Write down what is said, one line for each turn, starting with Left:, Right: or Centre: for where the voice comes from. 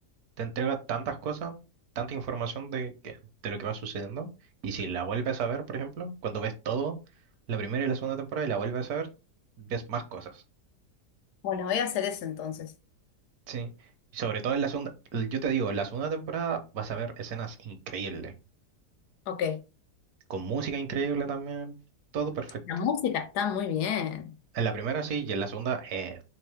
Right: te entrega tantas cosas, tanta información de, que- de lo que va sucediendo. Y si la vuelves a ver, por ejemplo, cuando ves todo, la primera y la segunda temporada, y la vuelves a ver, ves más cosas.
Left: Bueno, voy a hacer eso entonces.
Right: Sí. Y sobre todo en la segunda, yo te digo, en la segunda temporada vas a ver escenas increíbles,
Left: Ok,
Right: con música increíble también, todo perfecto.
Left: la música está muy bien.
Right: En la primera sí, y en la segunda eh,